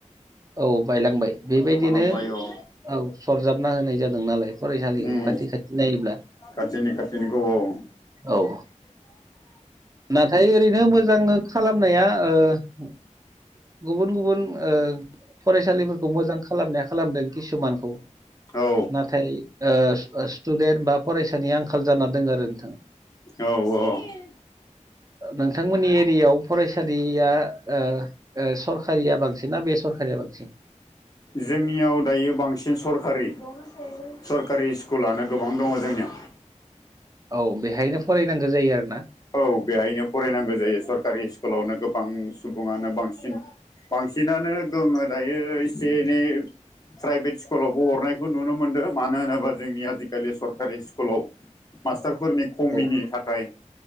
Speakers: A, on the right; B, on the left.
A: औ बायलांबाय बेबायदिनो
B: गोमालांबाय औ
A: औ सरजाबना होनाय जादों नालाय फरायसालिखौ
B: उम
A: खाथि खाथि नायोब्ला
B: खाथिनि खाथिनिखौ औ
A: औ नाथाय ओरैनो मोजां खालामनाया ओ गुबुन गुबुन ओं फरायसालिफोरखो मोजां खालामनाया खालामदों किसुमानखौ
B: औ
A: नाथाय ओ स्टु स्टुडेन्ट बा फरायसा नि आंखाल जाना दङ आरो नोंथां
B: औ औ
A: नोंथांमोननि नियाव फरायसालिया ओ ओ सरकारिया बांसिन ना बे सरकारिया बांसिन
B: जोंनियाव दायो बांसिन सरखारि सरकारि स्कुलानो गोबां दङ जोंनियाव
A: औ बेहायनो फरायनांगो जायो आरो ना
B: औ बेहायनो फरायनांगो जायो सरकारि स्कुलावनो गोबां गोबां सुबुङानो बांसिन बांसिनानो गोहोमा दायो एसे एनै प्राइभेट स्कुलावबो हरनायखौ नुनो मोन्दों मानो होनोबा जोंनि आजिखालि सरकारि स्कुलाव मास्टारफोरनि खमिनि
A: औ
B: थाखाय